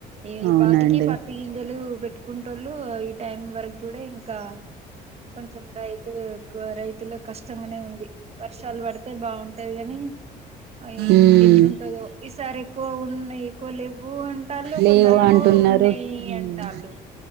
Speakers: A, on the right (about 40°); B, on the right (about 75°).
A: ఈ
B: అవునండి
A: పాటికి పత్తి గింజలు పెట్కుంటోళ్లు ఈ టైం వరక్ కూడే ఇంకా కొంచెం రైతు రైతులకు కష్టంగానే ఉంది వర్షాలు పడ్తే బాగుంటది గని అ యి
B: ఉమ్
A: ఎట్లుంటదో ఈసారి ఎక్కువ ఉన్నాయి ఎక్కువ లెవ్వు అ టాళ్ళు
B: లేవు
A: కొందర్ ఏమో
B: అంటున్నారు
A: ఉన్నాయి
B: ఉమ్
A: అంటాళ్ళు